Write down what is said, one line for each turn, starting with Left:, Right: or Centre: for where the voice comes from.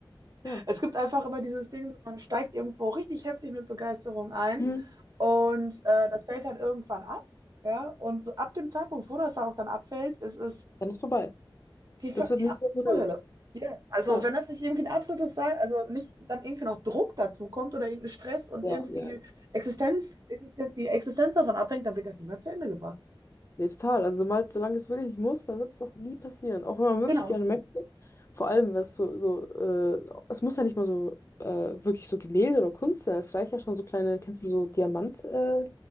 Left: ja.
Right: Es gibt einfach immer dieses Ding, man steigt irgendwo richtig heftig mit Begeisterung ein
Left: Mhm.
Right: und äh, das fällt halt irgendwann ab. Ja, und so ab dem Zeitpunkt, wo das auch dann abfällt, ist es
Left: Dann ist vorbei.
Right: die, Ver-
Left: Das wird
Right: die
Left: nie
Right: absolute
Left: wieder berührt.
Right: Vollhölle. Ja, also
Left: Ja,
Right: wenn das nicht irgendwie ein absolutes Sein, also nicht dann irgendwie noch Druck dazu kommt oder irgendein Stress und
Left: ja,
Right: irgendwie
Left: ja.
Right: Existenz, Existen- die Existenz davon abhängt, dann wird das nicht mehr zu Ende gebracht.
Left: Nee, total. Also mal, solange es wirklich nicht muss, dann wird es auch nie passieren. Auch wenn man wirklich
Right: Genau.
Left: gerne möchte. Vor allem, wenn es so, so äh, es muss ja nicht mal so äh, wirklich so Gemälde oder Kunst sein. Es reicht ja schon so kleine, kennst du so Diamant, äh,